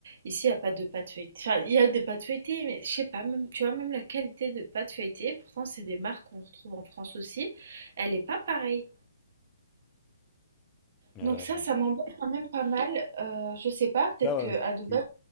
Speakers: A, on the right; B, on the left.
A: ici, il y a pas de pâtes feuilletées. Enfin, il y a des pâtes feuilletées, mais je sais pas, même, tu vois, même la qualité de pâtes feuilletées, pourtant, c'est des marques qu'on retrouve en France aussi, elle n'est pas pareille.
B: Euh,
A: Donc ça, ça m'embête quand même pas mal. Euh, je sais pas,
B: donc
A: peut-être
B: là, ouais,
A: que à Dubaï,
B: tu-